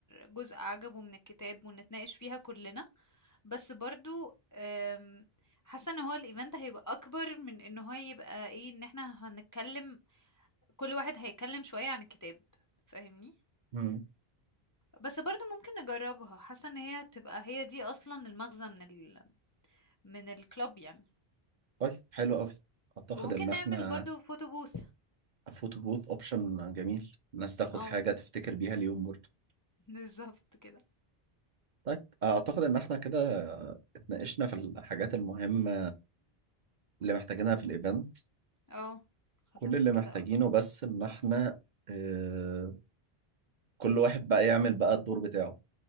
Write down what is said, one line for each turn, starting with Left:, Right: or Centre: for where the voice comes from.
Left: جزء عجبه من الكتاب ونتناقش فيها كلنا بس برضو أم، حاسة ان هو الايفنت هيبقى اكبر من ان هو يبقى ايه ان احنا هنتكلم كل واحد هيتكلم شوية عن الكتاب فاهمني
Right: مم.
Left: بس برضو ممكن نجربها حاسة ان هي هتبقى هي دي اصلا المغزى من ال من الكلاب يعني
Right: طيب حلو أوي أعتقد
Left: وممكن
Right: إن إحنا
Left: نعمل برضو فوتو بوث
Right: فوتو بوث أوبشن جميل الناس تاخد
Left: اه
Right: حاجة تفتكر بيها اليوم برضه
Left: <laughs> بالظبط كده
Right: طيب أعتقد إن إحنا كده اتناقشنا في الحاجات المهمة اللي محتاجينها في الإيفنت
Left: اه خلاص
Right: كل اللي
Left: كده
Right: محتاجينه
Left: اظن
Right: بس إن إحنا آه، كل واحد بقى يعمل بقى الدور بتاعه